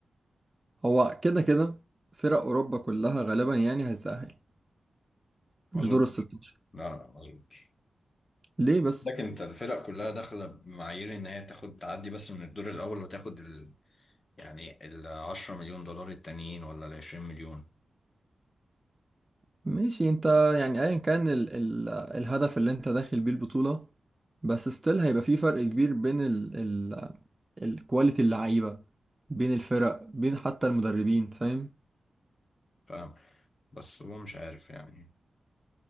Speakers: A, on the right; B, on the left.
A: هو كده كده فرق أوروبا كلها غالبا يعني هيتأهل
B: ما
A: لدور
B: أظن
A: الستاشر
B: لا لا مظبوط
A: ليه بس؟
B: لكن انت الفرق كلها داخله بمعايير ان هي تاخد تعدي بس من الدور الاول وتاخد ال... يعني ال 10 مليون دولار التانيين ولا ال 20 مليون
A: ماشي انت يعني ايا كان ال ال الهدف اللي انت داخل بيه البطولة بس ستيل هيبقى في فرق كبير بين ال ال الكواليتي اللعيبة بين الفرق بين حتى المدربين فاهم؟
B: فاهم بس هو مش عارف يعني